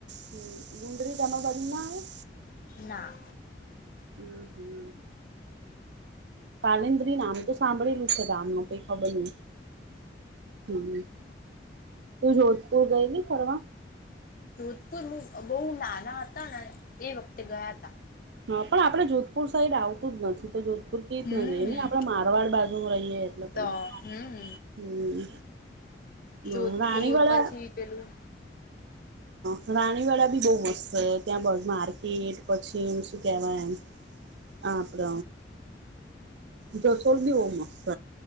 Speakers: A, on the right (about 75°); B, on the left (about 50°).
A: હ ગુંડરી તમામાં બરી નાું
B: ના
A: હમ હમ પાલેન્દ્રી નામ તો સાંભળેલું છે ગામ ન કઈ ખબર નહી હમ તું જોધપુર ગયલી ફરવા
B: જોધપુર બહુ નાના હતા ને એ વખતે ગયા હતા
A: હા પણ આપણે જોધપુર સાઈડ આવતું જ નથી તો જો ર ક
B: હમ
A: જ ન જઈએ ન આપડ મારવાડ બાજુ રહીએે એટલે કઈ
B: તો હમ
A: હમ હમ
B: જોધપુર
A: રાણી વાળા
B: પછી પેલું
A: હ રાણીવાડા બી બહુ મસ્ત છે ત્યાં બસ માર્કેટ પછી સુ કેવા હ અપડ જોસોલધી વ મસ્ત